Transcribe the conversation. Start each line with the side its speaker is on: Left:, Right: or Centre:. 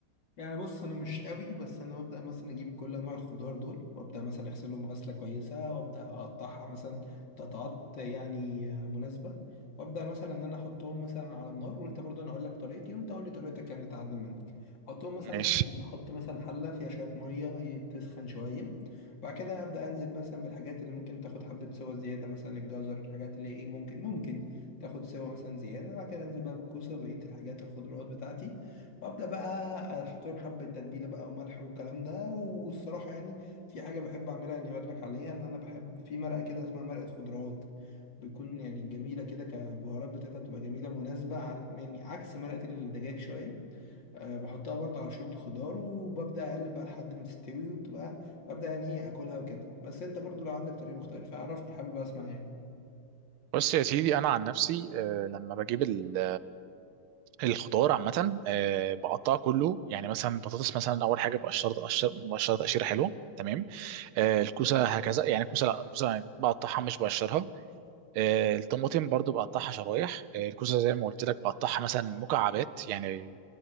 Left: يعني بص انا مش قوي بس انا ببدا مثلا اجيب كل انواع الخضار دول وابدا مثلا اغسلهم غسله كويسه وابدا اقطعها مثلا قطعات يعني آه، مناسبه وابدا مثلا ان انا احطهم مثلا على النار وانت برضه انا اقول لك طريقتي وانت قول لي طريقتك يعني اتعلم منك احطهم مثلا
Right: ماشي
Left: احط مثلا حله فيها شويه ميه تسخن شويه بعد كده ابدا انزل مثلا بالحاجات اللي ممكن تاخد حبه سوا زياده مثلا الجزر الحاجات اللي ايه ممكن ممكن تاخد سوا مثلا زياده بعد كده انزل بقى بالكوسه وبقيه الحاجات الخضروات بتاعتي وابدا بقى احط لهم حبه تتبيله بقى وملح والكلام ده والصراحه يعني في حاجه بحب اعملها اني اقول لك عليها ان انا بحب في مرقه كده اسمها مرقه خضروات بتكون يعني جميله كده كبهارات بتاعتها بتبقى جميله مناسبه على يعني عكس مرقه الدجاج شويه أه بحطها برضه على شوربه خضار وببدا اقلب بقى لحد ما تستوي وبتبقى ببدا يعني ايه اكلها وكده بس انت برضه لو عندك طريقه مختلفه عرفني حابب اسمع يعني
Right: بص يا سيدي انا عن نفسي آه، لما بجيب ال- الخضار عامه آه، بقطعه كله يعني مثلا البطاطس مثلا اول حاجه بقشرها بقشر بقشرها تقشيره حلوه تمام آه، الكوسه هكذا يعني الكوسه لا الكوسه بقطعها مش بقشرها آه، الطماطم برضو بقطعها شرايح آه، الكوسه زي ما قلت لك بقطعها مثلا مكعبات يعني